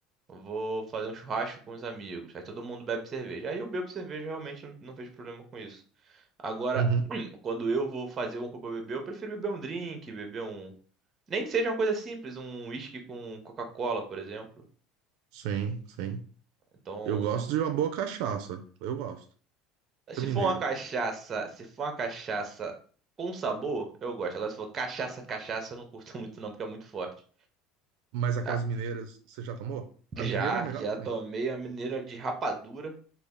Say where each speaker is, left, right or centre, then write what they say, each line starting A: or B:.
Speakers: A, on the right; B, on the right.
A: vou fazer um churrasco com os amigos. Aí todo mundo bebe cerveja. Aí eu bebo cerveja, realmente não, não vejo problema com isso. Agora,
B: Uhum.
A: <clears throat> quando eu vou fazer um copo pra beber, eu prefiro beber um drink, beber um, nem que seja uma coisa simples, um whisky com Coca-Cola, por exemplo.
B: Sim, sim.
A: Então,
B: Eu gosto de uma boa cachaça. Eu gosto.
A: Se
B: Da Mineira.
A: for uma cachaça, se for uma cachaça com sabor, eu gosto. Agora, se for cachaça, cachaça, eu não curto <laughs> muito não, porque é muito forte.
B: Mas aquelas
A: Ah,
B: mineiras, você já tomou? A
A: Já,
B: mineira é a melhor
A: já
B: que
A: tomei
B: tem.
A: a mineira de rapadura.